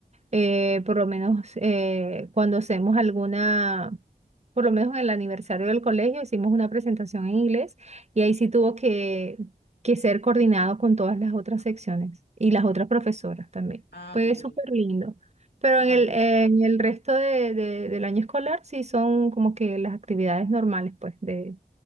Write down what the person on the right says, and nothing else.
eh, por lo menos eh, cuando hacemos alguna, por lo menos en el aniversario del colegio, hicimos una presentación en inglés y ahí sí tuvo que, que ser coordinado con todas las otras secciones y las otras profesoras también.
Fue
súper lindo. Pero
en el, en el resto de- de- del año escolar sí son como que las actividades normales pues de,